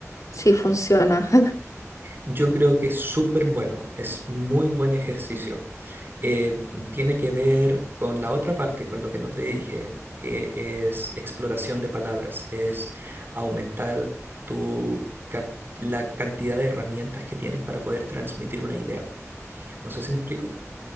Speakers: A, on the left; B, on the right.
A: si funciona. <laughs>
B: Yo creo que es súper bueno, es muy buen ejercicio. Eh, tiene que ver con la otra parte, con lo que no te dije, que es exploración de palabras, es aumentar tu cap- la cantidad de herramientas que tienes para poder transmitir una idea. No sé si me explico.